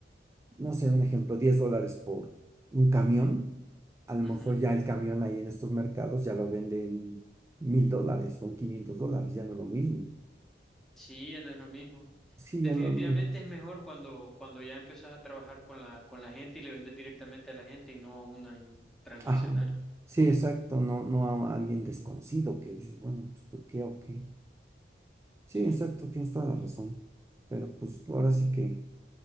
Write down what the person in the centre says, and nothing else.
Ujú.
Sí, ya no es lo mismo.
Definitivamente
es mejor cuando, cuando ya empezás a trabajar con la, con la gente y le vendes directamente a la gente y no a una en- transnacional.
Sí.